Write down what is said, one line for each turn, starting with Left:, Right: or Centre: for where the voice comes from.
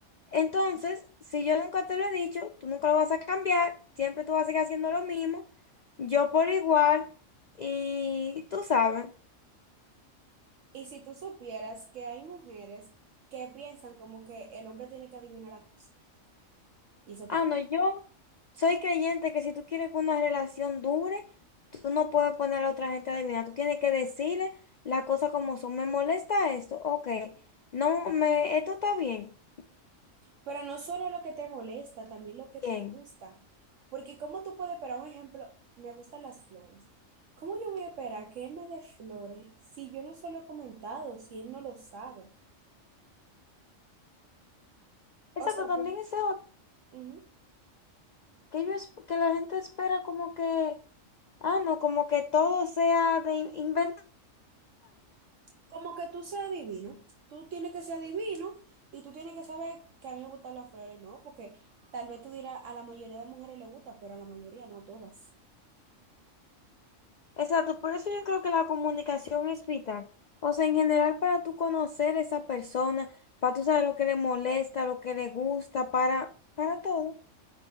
Left: Entonces, si yo nunca te lo he dicho, tú nunca lo vas a cambiar. Siempre tú vas a seguir haciendo lo mismo. Yo por igual. Y tú sabes.
Right: Y si tú supieras que hay mujeres que piensan como que el hombre tiene que adivinar la cosa, y eso está
Left: Ah, no, yo soy creyente que si tú quieres que una relación dure, tú no puedes poner a la otra gente a adivinar. Tú tienes que decirle las cosas como son. Me molesta esto. Ok. No, me, esto está bien.
Right: Pero no solo lo que te molesta, también lo que te
Left: Bien.
Right: gusta. Porque cómo tú puedes esperar, un ejemplo, me gustan las flores. ¿Cómo yo voy a esperar que él me dé flores si yo no se lo he comentado, si él no lo sabe?
Left: Exacto,
Right: O sea,
Left: también
Right: pues,
Left: eso
Right: ujú.
Left: que yo esp- que la gente espera como que, ah, no, como que todo sea de in- inventando.
Right: Como que tú seas divino. Tú tienes que ser divino y tú tienes que saber que a mí me gustan las flores, ¿no? Porque tal vez tú dirás, a la mayoría de mujeres le gusta, pero a la mayoría, no a todas.
Left: Exacto, por eso yo creo que la comunicación es vital. O sea, en general para tú conocer esa persona, para tú saber lo que le molesta, lo que le gusta, para, para todo.